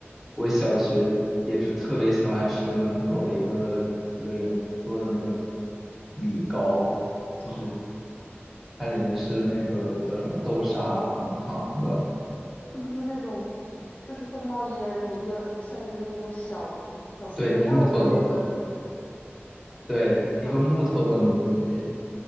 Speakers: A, in the centre; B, on the left (about 40°).
A: 我小学也是特别喜欢吃门口一个一个人做的那个米糕，就是
B: 哦
A: 它里面是那个叫什么豆沙红糖的，
B: 是不是那种就是会冒烟一个像一个那种小小寺庙的那个
A: 对，一个木头的，对，一个木头的模具，
B: 长的啊？